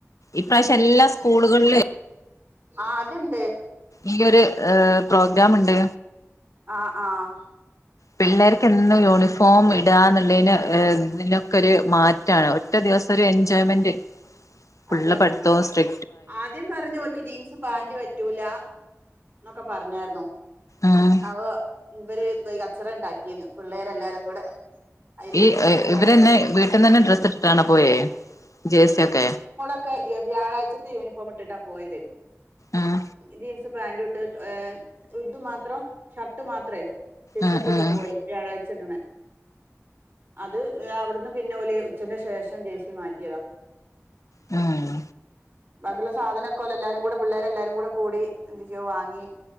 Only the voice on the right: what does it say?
ആഹ് അത്ണ്ട്
ആഹ് ആഹ്
അതന്നെ
ആദ്യം പറഞ്ഞു ഓൽക്ക് ജീൻസ് പാന്റ് പറ്റൂല എന്നൊക്കെ പറഞ്ഞാരുന്നു
അപ്പൊ ഇവര് ഇപ്പൊ ഈ കച്ചറ ഇണ്ടാക്കിയെന്ന് പിള്ളേര് എല്ലാരും കൂടെ അതില്
ഒരു ജീൻസ് പാന്റ്
ഒക്കെ
<unintelligible> വ്യാഴാഴ്‌ച്ചത്തെ യൂണിഫോമ് ഇട്ടിട്ടാ പോയത്
ജീൻസ്‌ <unintelligible> പാന്റും ഇട്ട് ഏഹ് ഇത് മാത്രം ഷർട്ട് മാത്രേ ടി
ഷർട്ട് ഇട്ട്
പോയി വ്യാഴഴ്‌ച്ച ഇടണ് അത് അവിടുന്ന് പിന്നെ ഓല് ഉച്ചന്റെ ശേഷം ജെഴ്‌സി മാറ്റിയതാ
ബാക്കിയുള്ള സാധനൊക്കൊലല്ല എല്ലാരും കൂടെ പിള്ളേരെല്ലാരും കൂടെ കൂടി എന്തൊക്കെയോ വാങ്ങി